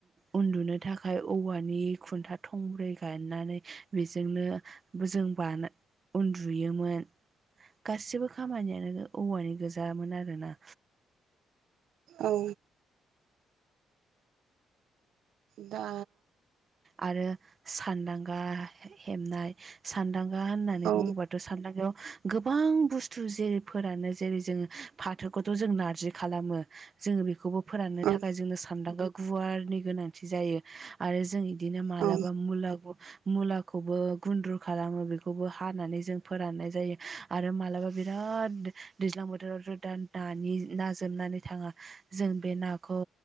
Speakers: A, on the right; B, on the right.
A: उन्दुनो थाखाय औवानि खुन्था थंब्रै गायनानै बेजोंनो जों बा उन्दुयोमोन गासिबो खामानियानो औवानि गोजामोन आरोना
B: औ दा
A: आरो सानदांगा हेबनाय सानदांग गा होननानै
B: औ
A: बुंबाथ' सानदांगायाव गोबां बुस्थु जेरैफोरानो जेरै जोङो फाथोखौथ' जों नारजि खालामो जोङो बेखौबो फोराननो
B: औ
A: थाखाय जोंनो सानदांगा गुवारनि गोनांथि जायो आरो जों बिदिनो मालाबा
B: औ
A: मुला मुलाखौबो गुन्द्रु खालामो बेखौबो हानानै जों फोराननाय जायो आरो मालाबा बिराद राद दैज्लां बोथोरावथ' दा नानि ना जोबनानै थाङा जों बे नाखौ